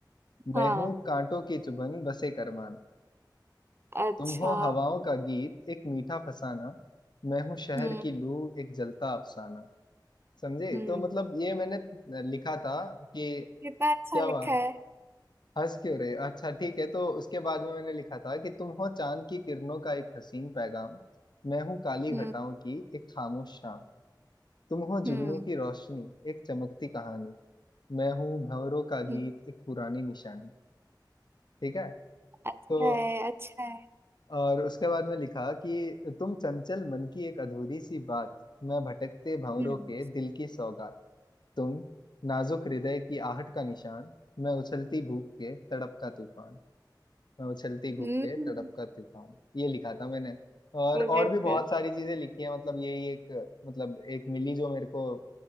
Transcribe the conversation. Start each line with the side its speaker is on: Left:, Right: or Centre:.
Right: हाँ
Left: मैं हूँ कांटों की चुभन बसे करमान
Right: अच्छा
Left: तुम हो हवाओं का गीत एक मीठा फसाना मैं हूँ शहर
Right: हम्म
Left: की लू एक जलता अफसाना समझे
Right: हम्म
Left: तो मतलब ये मैंने लिखा था कि
Right: कितना अच्छा
Left: क्या हुआ
Right: लिखा है
Left: हंस क्यों रहे अच्छा ठीक है तो उसके बाद में मैंने लिखा था कि तुम हो चांद की किरणों का एक हसीन पैगाम मैं हूँ काली
Right: हम्म
Left: घटाओं की एक खामोश शाम तुम हो
Right: हम्म
Left: जुगनू की रोशनी एक चमकती कहानी मैं हूँ भंवरों का गीत
Right: हम्म,
Left: एक पुरानी निशानी ठीक है
Right: अच्छा
Left: तो
Right: है अच्छा है
Left: और उसके बाद में लिखा कि तुम चंचल मन की एक अधूरी सी बात मैं भटकते भंवरों
Right: हम्म
Left: के दिल की सौगात तुम नाजुक हृदय की आहट का निशान मैं उछलती भूख के तड़प का तूफान मैं उछलती भूख
Right: हम्म
Left: के तड़प का तूफान ये लिखा था मैंने और
Right: बिल्कुल
Left: और भी बहुत सारी चीजें लिखी है मतलब यही एक मतलब एक मिली जो मेरे को